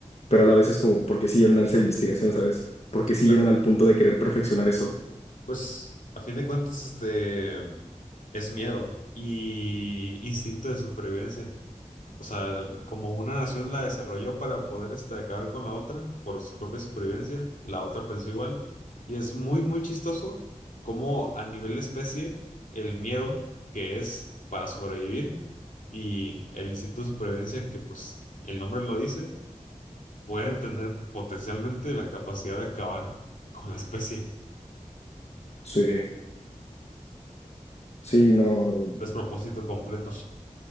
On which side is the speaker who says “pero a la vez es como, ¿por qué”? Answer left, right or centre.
Left